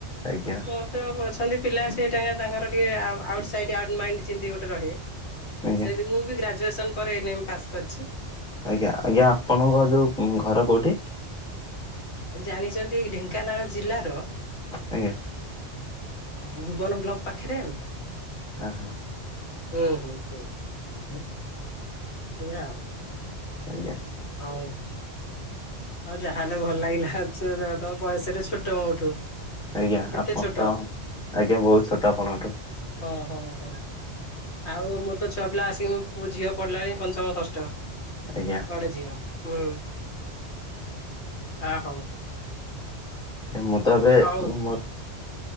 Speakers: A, in the centre; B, on the left.
A: ଆଜ୍ଞା
B: ମତେ ଅଛନ୍ତି ପିଲା ସେଇଟା ତାଙ୍କର ଟିକେ ଆଉଟ୍ ସାଇଡ ଆଉଟ ମାଇଣ୍ଡ ଯେମିତି ଗୋଟେ ରହେ
A: ଆଜ୍ଞା।
B: ସେମତି ମୁଁ ବି ଗ୍ରାଜୁଏସନ ପରେ ଏନ ଏମ ପାସ୍ କରିଛି।
A: ଆଜ୍ଞା ଆଜ୍ଞା ଆପଣଙ୍କ ଯଉ ଘର କେଉଁଠି?
B: ଜାଣିଛନ୍ତି ଢେଙ୍କାନାଳ ଜିଲ୍ଲାର
A: ଆଜ୍ଞା
B: ଭୁବନ ବ୍ଲକ ପାଖରେ ଆଉ।
A: ଅହ।
B: ହୁଁ ହୁଁ ହ ଏଇଆ।
A: ଆଜ୍ଞା
B: ହଉ। ଆଉ ଯାହାହେଲେ ଭଲ ଲାଗିଲା ତମ ବୟସରେ ଛୋଟ ମୋଠୁ।
A: ଆଜ୍ଞା
B: କେତେ
A: ଆପଣ
B: ଛୋଟ
A: ତ ଆଜ୍ଞା ବହୁତ ଛୋଟ ଆପଣଙ୍କଠୁ।
B: ହଁ ହଁ ହଁ। ଆଉ ମୋର ତ ଛୁଆ ପିଲା ଆସିକି ଝିଅ ପଢିଲାଣି ପଞ୍ଚମ ଷଷ୍ଠ।
A: ଆଜ୍ଞା
B: ବଡ଼ ଝିଅ ଉଁ ହ ହଉ।
A: ମୁଁ ତ ଏବେ
B: ହଉ।
A: ମୋ